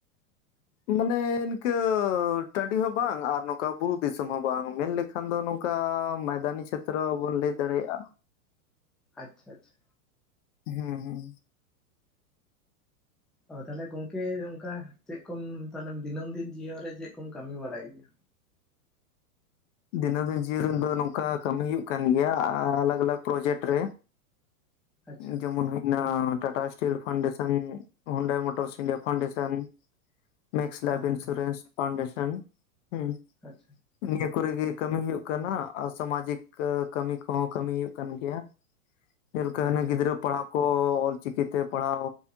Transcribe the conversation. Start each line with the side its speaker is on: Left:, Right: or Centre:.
Centre: <inaudible>
Left: ᱢᱟᱱᱮ ᱤᱱᱠᱟᱹ ᱴᱟᱺᱰᱤ ᱦᱚᱸ ᱵᱟᱝ ᱟᱨ ᱱᱚᱝᱠᱟ ᱵᱩᱨᱩ ᱫᱤᱥᱚᱢ ᱦᱚᱸ ᱵᱟᱝ ᱢᱮᱱ ᱞᱮ ᱠᱷᱟᱱ ᱫᱚ ᱱᱚᱝᱠᱟ ᱢᱚᱭᱫᱟᱱᱤ ᱪᱷᱮᱛᱨᱚ ᱵᱚᱱ ᱞᱟᱹᱭ ᱫᱟᱲᱮᱭᱟᱜᱼᱟ᱾
Centre: ᱟᱪᱷᱟ ᱟᱪᱷᱟ᱾
Left: ᱦᱮᱸ ᱦᱮᱸ᱾
Centre: ᱚ ᱛᱟᱦᱞᱮ ᱜᱚᱝᱠᱮ ᱚᱱᱠᱟ ᱪᱮᱫ ᱠᱚᱢ ᱛᱟᱦᱚᱞᱮᱢ ᱫᱤᱱᱟᱢ ᱫᱤᱱ ᱡᱤᱭᱚᱱ ᱨᱮ ᱪᱮᱫ ᱠᱚᱢ ᱠᱟᱹᱢᱤ ᱵᱟᱲᱟᱭ ᱜᱮᱭᱟ?
Left: ᱫᱤᱱᱟᱹᱢ ᱫᱤᱱ ᱡᱤᱭᱚᱨᱮᱱ ᱫᱚ ᱱᱚᱝᱠᱟ ᱠᱟᱹᱢᱤ ᱦᱩᱭᱩᱜ ᱠᱟᱱ ᱜᱮᱭᱟ ᱟᱞᱟᱜ ᱟᱞᱥᱜ ᱯᱨᱚᱡᱮᱠᱴ ᱨᱮ᱾
Centre: ᱟᱪᱪᱷᱟ
Left: ᱡᱮᱢᱚᱱ ᱦᱩᱭᱱᱟ Tata steel foundation Honda motors India foundation Max ᱞᱟᱭᱯᱷ
Centre: ᱦᱮᱸ
Left: ᱤᱱᱥᱩᱨᱮᱱᱥ
Centre: ᱦᱮᱸ
Left: ᱯᱷᱟᱣᱰᱮᱥᱚᱱ ᱦᱩᱸ
Centre: ᱟᱪᱷᱟ ᱾
Left: <unintelligible> ᱠᱚᱨᱮᱜᱮ ᱠᱟᱢᱤ ᱦᱩᱭᱩᱜ ᱠᱟᱱᱟ ᱟᱨ ᱥᱟᱢᱟᱡᱤᱠ ᱠᱟᱢᱤ ᱠᱚᱦᱚᱸ ᱠᱟᱢᱤ ᱦᱩᱭᱩᱜ ᱠᱟᱱ ᱜᱮᱭᱟ ᱾ ᱪᱮᱫ ᱞᱮᱠᱟ ᱦᱟᱱᱮ
Centre: ᱟᱪᱪᱷᱟ
Left: ᱜᱤᱫᱽᱨᱟᱹ
Centre: ᱟᱪᱪᱷᱟ
Left: ᱯᱟᱲᱦᱟᱣ ᱠᱚ ᱚᱞᱪᱤᱠᱤ ᱛᱮ ᱯᱟᱲᱦᱟᱣ